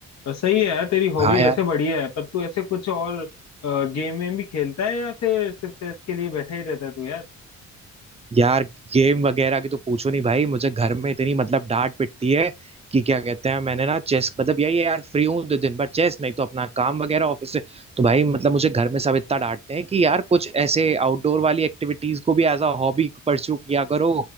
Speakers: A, on the left; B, on the right.
A: और सही है यार तेरी हॉबी
B: हाँ यार
A: वैसे बढ़िया है पर तू ऐसे कुछ और गेम में भी खेलता है या फिर सिर्फ चेस के लिए बैठा ही रहता है तू यार
B: यार गेम वगैरह की तो पूछो नहीं भाई मुझे घर में इतनी मतलब डांट पिटती है कि क्या कहते हैं मैंने ना चेस मतलब यही है यार फ्री हूँ तो दिन भर चेस नहीं तो अपना काम वगैरह ऑफिस से तो भाई मतलब मुझे घर में सब इतना डांटते हैं कि यार कुछ ऐसे आउटडोर वाली एक्टिविटीज को भी एज अ हॉबी परस्यू किया करो